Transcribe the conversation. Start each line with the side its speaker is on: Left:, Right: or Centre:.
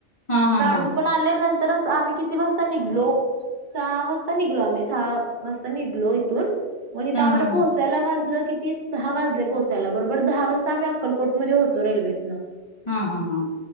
Left: हा हा
Right: काढून
Left: हा
Right: पण आल्यांन तर आम्ही किती वाजता निघलो. सहा वाजता निघलो आम्ही सहा वाजता निघलो इथून, म तीथ
Left: हा
Right: आम्हाला
Left: हा हा.
Right: पोचायला वाजलं कि तीस दहा वाजले पोहोचायला, बरोबर दहा वाजता आम्ही अक्कलोटमध्ये होतो रेल्वेतन.
Left: हा हा हा.